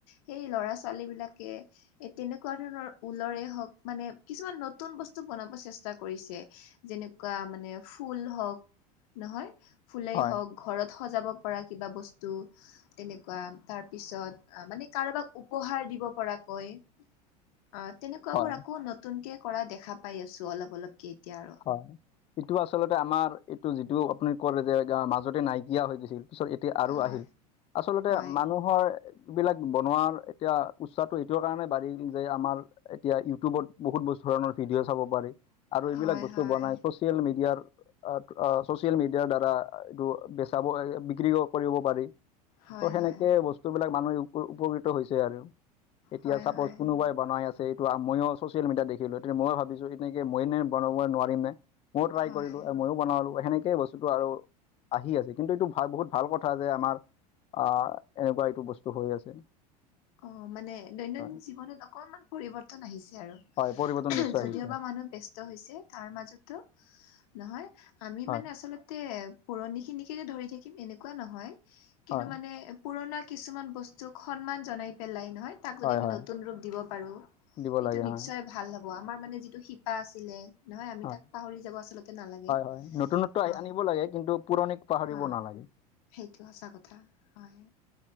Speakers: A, on the left; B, on the left.
A: সেই ল'ৰা-ছোৱালী বিলাকে এ তেনেকোৱা ধৰণৰ, ঊলৰে হওক মানে কিছুমান নতুন বস্তু বনাব চেষ্টা কৰিছে, যেনে কোৱা মানে ফুল হওক নহয় ফুলেই
B: হয়
A: হওক, ঘৰত সজাব পৰা কিবা বস্তু তেনেকুৱা তাৰপিছত মানে কাৰোবাক উপহাৰ দিব পৰাকৈ অ তেনেকুৱাবোৰ
B: হয়
A: আকৌ নতুনকে কৰা দেখা পাই আছো অলপ অলপকে এতিয়া আৰু।
B: হয়, এইটো আচলতে আমাৰ এইটো যিটো আপুনি কৰে যে মাজতে নাইকিয়া হৈ গৈছিল। পিছত এতিয়া আৰু
A: হয়
B: আহিল। আচলতে
A: হয়
B: মানুহৰ এই বিলাক বনোৱাৰ এতিয়া উটচাহটো এইটো কাৰণে বাঢ়িল যে আমাৰ এতিয়া ইউটিউবত বহুত ব ধৰণৰ ভিডিঅ' চাব পাৰি আৰু এইবিলাক
A: হয়
B: বচ
A: হয়
B: ছ'চিয়েল মিডিয়াৰ অ, অ চচিয়েল মিডিয়াৰ দ্বাৰা এইটো বেচাব বিক্ৰীও কৰিব পাৰি।
A: হয়
B: ত' সেনেকে
A: হয়
B: বস্তুবিলাক মানুহে উপ-উপকৃত হৈছে আৰু এতিয়া
A: হয়
B: চাপজ
A: হয়
B: কোনোবাই বনাই আছে এইটো ময়ো চচিয়েল মিডিয়াত দেখিলো। তেতিয়া ময়ো ভাবিছো এনেকে মই নে বনাব নোৱাৰিম নে? ময়ো ট্ৰাই
A: হয়
B: কৰিলো মইও বনাও আৰু সেনেকে বস্তুটো আৰু আহি আছে। কিন্তু এইটো ভাল বহুত ভাল কথা যে আমাৰ আ এনেকুৱা এইটো বস্তু হৈ আছে।
A: অ, মানে দৈনন্দিন
B: হয়
A: জীৱনত অকণমান পৰিৱৰ্তন আহিছে আৰু।
B: হয় পৰিৱৰ্তন নিশ্চয়
A: যদিওবা
B: আহিছে
A: মানুহ বেছ ব্যস্ত হৈছে তাৰ মাজতো নহয় আমি
B: হয়
A: মানে আচলতে পুৰণিখিনিকে যে ধৰি থাকিম এনেকুৱা নহয়। কিন্তু
B: হয়
A: মানে পুৰণা কিছুমান বস্তুক সন্মান জনাই পেলাই নহয় তাকোদি
B: হয়
A: আমি
B: হয়
A: নতুন ৰূপ দিব পাৰোঁ
B: দিব
A: সেইটো
B: লাগে
A: নিশ্চয়
B: হয়
A: ভাল হ'ব। আমাৰ মানে যিটো শিপা আছিলে। নহয় আমি
B: হয়
A: তাক পাহৰি যাব আচলতে নালাগে,
B: হয় হয় নতুনত্ব
A: অ,
B: আনিব লাগে কিন্তু পুৰণিক পাহৰিব
A: অ।
B: নালাগে
A: সেইটো সঁচা কথা হয়,